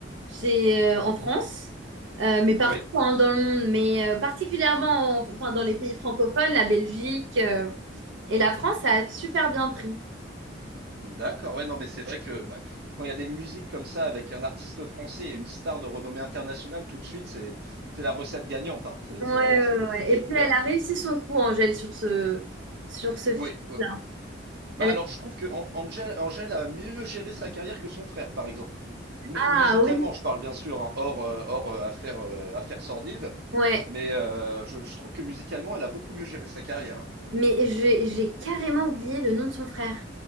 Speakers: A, on the right; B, on the right.
A: chez, euh, en France, euh, mais partout
B: Oui,
A: hein, dans le monde, mais euh, particulièrement en- enfin, dans les pays francophones, la Belgique euh, et la France, ça a super bien pris.
B: d'accord, ouais, non, mais c'est vrai que bah, quand il y a des musiques comme ça avec un artiste français et une star de renommée internationale, tout de suite, c'est, c'est la recette gagnante, hein. C'est
A: Ouais,
B: c'est vraiment,
A: ouais,
B: c'est
A: ouais.
B: c'est super.
A: Et puis elle a réussi son coup, Angèle, sur ce, sur ce
B: Oui,
A: feat-là.
B: Bah
A: Elle
B: alors
A: a
B: je trouve que An- Angel, Angel a mieux géré sa carrière que son frère, par exemple. Mu-
A: Ah
B: musicalement,
A: oui,
B: je parle bien sûr, hein, hors, euh, hors euh, affaire, euh, affaire sordide,
A: ouais.
B: mais euh, je, je trouve que musicalement, elle a beaucoup mieux géré sa carrière. hein.
A: Mais j'ai j'ai carrément oublié le nom de son frère.